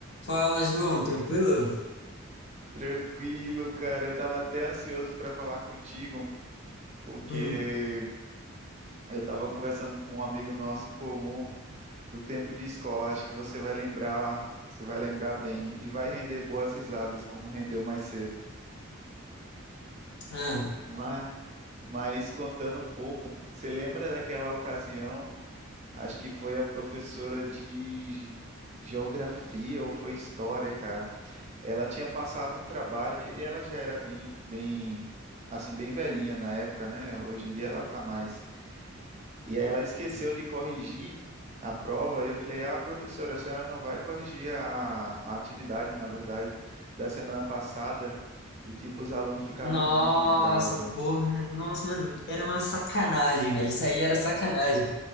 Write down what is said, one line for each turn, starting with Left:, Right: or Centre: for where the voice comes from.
Left: Fala, João, tranquilo?
Right: Tranquilo, cara. Eu tava até ansioso para falar contigo, porque
Left: Hum,
Right: eu tava conversando com um amigo nosso em comum do tempo de escola. Acho que você vai lembrar, você vai lembrar bem e vai render boas risadas, como rendeu mais cedo.
Left: ah.
Right: Mas, mas contando um pouco, você lembra daquela ocasião? Acho que foi a professora de ge- geografia ou foi história, cara. Ela tinha passado um trabalho e ela já era bem, bem, assim, bem velhinha na época, né? Hoje em dia ela tá mais. E aí ela esqueceu de corrigir a prova e eu falei: "Ah, professora, a senhora não vai corrigir a, a atividade, na verdade, da semana passada". E tipo, os alunos ficaram
Left: Nossa,
Right: muito bravos.
Left: porra, nossa, mano, era uma sacanagem, velho. Isso aí era sacanagem.